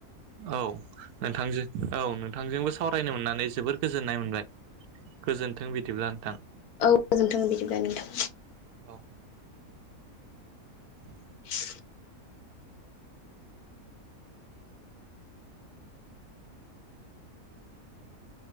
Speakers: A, on the right; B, on the left.
A: औ। नोंथांजों औ नोंथांजोंबो सावरायनो मोननानै जोबोर गोजोननाय मोनबाय गोजोनथों बिदिब्ला नोंथां।
B: औ गोजोनथों बिदिब्ला नोंथां।
A: औ
B: <inaudible>
A: <inaudible>